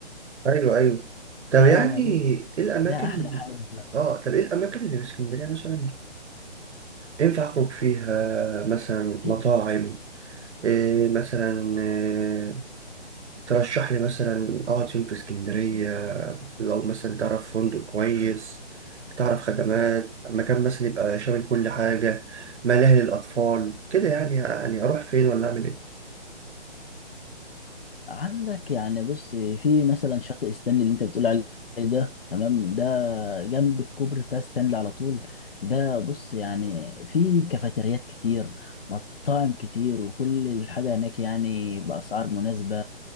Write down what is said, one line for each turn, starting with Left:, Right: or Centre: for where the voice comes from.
Right: ايوه ايوه طب
Left: ده
Right: يعني
Left: بص
Right: ايه الاماكن
Left: ده احلى حاجة
Right: اه طب ايه الاماكن اللي في اسكندريه مثلا ينفع اخرج فيها مثلا
Left: في
Right: مطاعم إيه مثلا إيه ترشح لي مثلا اقعد فين في اسكندريه لو مثلا تعرف فندق كويس تعرف خدمات مكان مثلا يبقى شامل كل حاجه ملاهي للاطفال كده يعني يعني اروح فين ولا اعمل ايه
Left: عندك يعني بص في مثلا شاطئ ستانلي اللي انت بتقول عليه ده تمام جنب الكوبري بتاع ستانلي على طول ده بص يعني في كافيتريات كتير مطاعم كتير وكل الحاجة هناك يعني بأسعار مناسبة